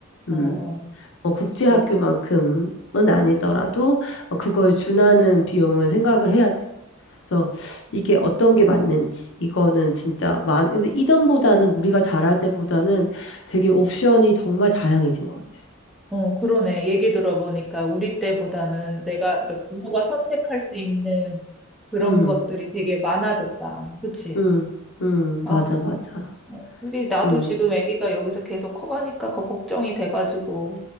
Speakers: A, on the left (about 60°); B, in the centre.
A: 음,
B: 어, 어.
A: 뭐 국제학교만큼은
B: 그치.
A: 아니더라도 어, 그거에 준하는 비용은 생각을 해야 돼. 그래서 이게 어떤 게 맞는지 이거는 진짜 많 근데 이전보다는 우리가 잘할 때보다는 되게 옵션이 정말 다양해진 것 같아.
B: 어, 그러네. 얘기 들어보니까 우리 때보다는 내가, 그러니까 부모가 선택할 수 있는 그런
A: 음,
B: 것들이 되게 많아졌다. 그치?
A: 음, 음,
B: 아,
A: 맞아, 맞아.
B: 어, 이게 나도
A: 음,
B: 지금 아기가 여기서 계속 커가니까 거- 걱정이 돼가지고